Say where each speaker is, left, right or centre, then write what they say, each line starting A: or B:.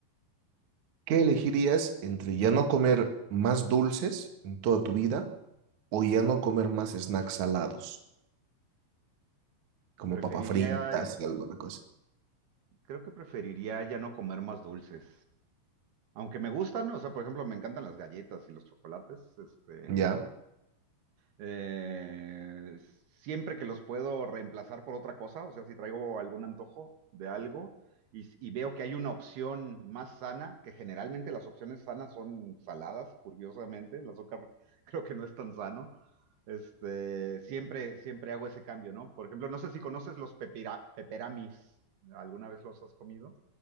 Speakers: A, on the right; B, on the right.
A: ¿qué elegirías entre ya no comer más dulces en toda tu vida o ya no comer más snacks salados, como
B: Preferiría,
A: papas fritas y alguna cosa?
B: creo que preferiría ya no comer más dulces. Aunque me gustan, o sea, por ejemplo, me encantan las galletas y los chocolates, este,
A: ¿Ya?
B: Eh, siempre que los puedo reemplazar por otra cosa, o sea, si traigo algún antojo de algo y, y veo que hay una opción más sana, que generalmente las opciones sanas son saladas, curiosamente, el azúcar <laughs> creo que no es tan sano. Este, siempre, siempre hago ese cambio, ¿no? Por ejemplo, no sé si conoces los pepira- peperamis. ¿Alguna vez los has comido?